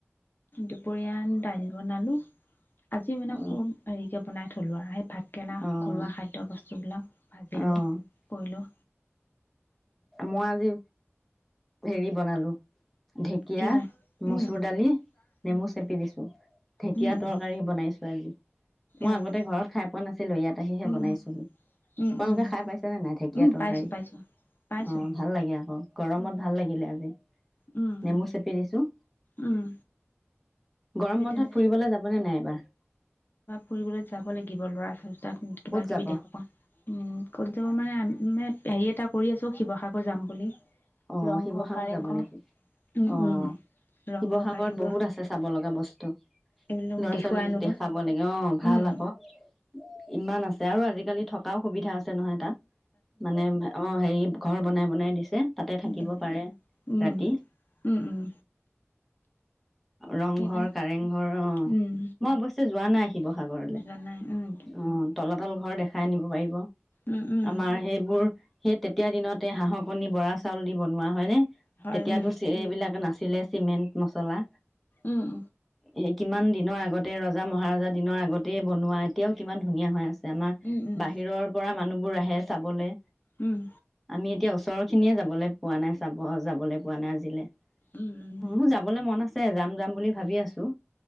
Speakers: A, on the left; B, in the centre.
A: দুপৰীয়া দাইল বনালোঁ আজি মানে
B: অ',
A: বনাই থলোৱা আহ ভাতকেৰেলা
B: অ',
A: ঘৰুৱা খাদ্য বস্তুবিলাক ভাজিলোঁ
B: অ
A: কৰিলোঁ
B: মই আজি হেৰি বনালো ঢেকীয়া
A: কি বনাই? উম,
B: মচুৰ দালি
A: উম,
B: নেমু চেপি দিছো ঢেকীয়া
A: উম, উম,
B: তৰকাৰী বনাইছো আজি মই
A: অ',
B: আগতে ঘৰত খাই পোৱা নাছিলো ইয়াত আহিহে
A: উম,
B: বনাইছোহি
A: উম, উম,
B: আপোনালোকে
A: উম,
B: খাই পাইছে নে নাই ঢেকীয়া
A: উম,
B: তৰকাৰী
A: পাইছোঁ, পাইছোঁ, পাইছোঁ,
B: অ ভাল লাগে আকৌ গৰমত
A: উম,
B: ভাল লাগিলে আজি
A: উম,
B: নেমু চেপি দিছোঁ
A: উম,
B: গৰম
A: সেই
B: বন্ধত
A: তেনে
B: ফুৰিবলৈ যাবনে নাই এইবাৰ <unintelligible>
A: ফুৰিবলৈ যাব লাগিব ল'ৰা ছোৱালী কেইটাক কিবাকিবি
B: ক'ত যাব
A: দেখুৱা পাওঁ ক'ত যাব মানে মানে হেৰি এটা কৰি আছো শিৱসাগৰ যাম বুলি
B: অ
A: ৰংঘৰ,
B: শিৱসাগৰ
A: কাৰেংঘৰ,
B: যাব নেকি
A: উম,
B: অ
A: উম, ৰংঘৰ,
B: শিৱসাগৰত
A: কাৰেংঘৰ
B: বহুত আছে চাব লগা বস্তু
A: এইবিলাক
B: ল'ৰা
A: দেখুৱাই
B: ছোৱালীক
A: আনোগৈ,
B: দেখাব লাগিব অ ভাল
A: উম,
B: আকৌ ইমান আছে আৰু আজিকালি থকাও সুবিধা আছে নহয় তাত মানে অ হেৰি ঘৰ বনাই বনাই দিছে তাতে থাকিব
A: উম,
B: পাৰে
A: উম,
B: ৰাতি
A: উম, উম,
B: ৰংঘৰ
A: সেইকাৰণে
B: কাৰেংঘৰ আহ
A: উম,
B: মই অৱশ্যে যোৱা নাই শিৱসাগৰলে
A: জানাই উম,
B: অঁ তলাতল ঘৰ দেখাই আনিব পাৰিব
A: উম, উম।
B: আমাৰ সেইবোৰ সেই তেতিয়া দিনতে হাঁহৰ কণী বৰা চাউল দি বনোৱা হয়নে
A: হয়
B: তেতিয়াতো
A: উম
B: এইবিলাকে নাচিল ছিলে চিমেণ্ট মচলা
A: উম
B: সেই কিমান দিনৰ আগতে ৰজা মহাৰজা দিনৰ আগতেই বনোৱা এতিয়াও কিমান ধুনীয়া
A: উম উম
B: হৈ আছে আমাৰ
A: উম
B: বাহিৰৰ পৰা মানুহ বোৰ আহে চাবলৈ
A: উম
B: আমি এতিয়া ওচৰখিনি যাব যাবলৈ পোৱা নাই চাব যাবলৈ পোৱা নাই আজিলে
A: উম
B: উ যাবলৈ মন আছে আছে যাম যাম বুলি ভাবি আছো